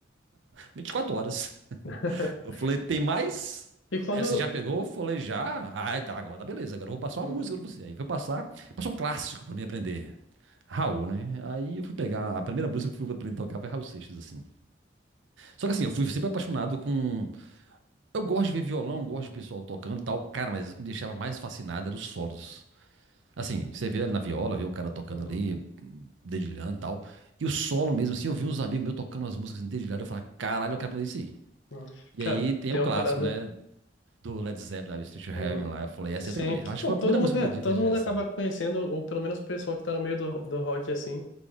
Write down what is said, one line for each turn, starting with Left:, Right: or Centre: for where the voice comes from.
Right: 24 horas.
Left: <laughs>
Right: Eu falei, tem mais?
Left: E quando.
Right: Aí você já pegou? Eu falei, já. Ah, tá, agora tá beleza, agora eu vou passar
Left: Uhum,
Right: uma música pra você. Aí foi passar, passou um clássico pra mim aprender. Raul, né? Aí eu fui pegar, a primeira música que eu fui aprender a tocar foi Raul Seixas, assim. Só que assim, eu fui sempre apaixonado com... Eu gosto de ver violão, gosto de pessoal tocando e tal. Cara, mas o que me deixava mais fascinado eram os solos. Assim, você vê ali na viola, vê o cara tocando
Left: uhum,
Right: ali, dedilhando e tal. E o solo mesmo, assim, eu vi uns amigos meus tocando as músicas assim, dedilhado, eu falava, caralho, eu quero aprender isso aí.
Left: uhum.
Right: E
Left: Cara,
Right: aí tem
Left: tem
Right: o
Left: uma
Right: clássico,
Left: parada.
Right: né? do Led Zeppelin, lá, o to Heaven
Left: Uhum.
Right: lá. Eu falei, essa
Left: Sim,
Right: eu tenho que aprender.
Left: que-
Right: Eu Acho que
Left: não,
Right: foi a
Left: todo
Right: primeira música
Left: mundo, é,
Right: que eu
Left: todo
Right: pedi desde
Left: mundo
Right: já, assim.
Left: acaba conhecendo, ou pelo menos o pessoal que tá no meio do, do rock, assim.